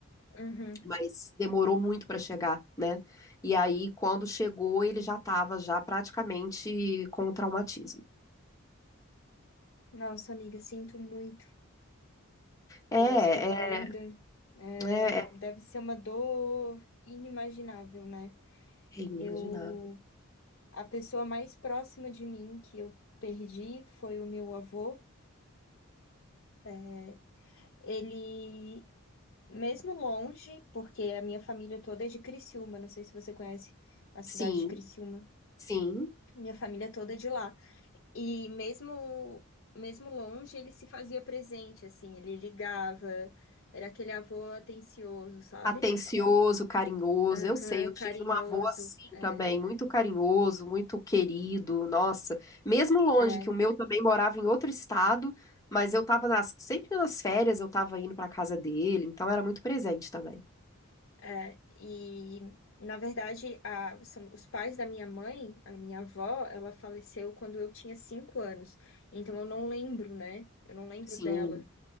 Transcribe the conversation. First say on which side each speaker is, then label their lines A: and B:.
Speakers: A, on the left; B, on the left.
A: Uhum.
B: Mas demorou muito para chegar, né? E aí, quando chegou, ele já estava já praticamente com o traumatismo.
A: Nossa, amiga, sinto muito
B: É,
A: pela sua perda.
B: é,
A: É,
B: é,
A: deve ser uma dor inimaginável, né?
B: É inimaginável.
A: Eu, a pessoa mais próxima de mim que eu perdi foi o meu avô. É, ele, mesmo longe, porque a minha família toda é de Criciúma, não sei se você conhece a cidade
B: Sim,
A: de Criciúma,
B: sim.
A: minha família toda é de lá. E mesmo, mesmo longe, ele se fazia presente, assim, ele ligava, era aquele avô atencioso, sabe?
B: Atencioso, carinhoso.
A: Aham,
B: Eu sei, eu tive
A: carinhoso.
B: um avô assim
A: É,
B: também, muito carinhoso, muito querido. Nossa, mesmo longe,
A: é.
B: que o meu também morava em outro estado, mas eu tava nas- sempre nas férias, eu tava indo pra casa dele, então era muito presente também.
A: É, e, na verdade, a- são os pais da minha mãe, a minha avó, ela faleceu quando eu tinha cinco anos. Então, eu não lembro, né? Eu não lembro
B: Sim.
A: dela.